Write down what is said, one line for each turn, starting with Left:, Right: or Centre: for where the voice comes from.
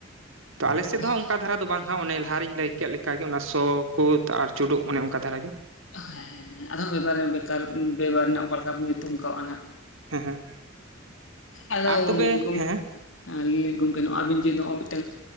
Right: ᱛᱚ ᱟᱞᱮ ᱥᱮᱫ
Left: ᱟᱫᱚ
Right: ᱫᱚᱦᱟᱸᱜ ᱚᱠᱟ ᱫᱷᱟᱨᱟ ᱫᱚ ᱵᱟᱝ ᱦᱟᱸᱜ ᱚᱱᱮ ᱞᱟᱦᱟᱨᱮᱧ ᱞᱟᱹᱭ ᱠᱮᱫ ᱞᱮᱠᱟ ᱜᱮ ᱚᱱᱟ ᱥᱚ ᱠᱩᱫ ᱟᱨ ᱪᱩᱰᱩᱜ ᱚᱱᱮ ᱚᱱᱠᱟ ᱫᱷᱟᱨᱟᱜ ᱜᱮ
Left: ᱦᱮᱸ ᱦᱮᱸ ᱟᱫᱚ ᱵᱮᱵᱷᱟᱨᱮ ᱵᱮᱠᱟᱨ ᱵᱮᱵᱟᱨ ᱨᱮᱱᱟᱜ ᱚᱠᱟ ᱞᱮᱠᱟ ᱵᱚᱱ ᱧᱩᱛᱩᱢ ᱠᱟᱣᱫᱟ ᱱᱟᱜ
Right: ᱦᱮᱸ ᱦᱮᱸ
Left: ᱟᱫᱚ <unintelligible>
Right: ᱟᱨ ᱛᱚᱵᱮ ᱦᱮᱸ
Left: ᱟᱹᱵᱤᱱ ᱡᱮ ᱱᱚᱜᱼᱚᱭ ᱢᱤᱫᱴᱟᱝ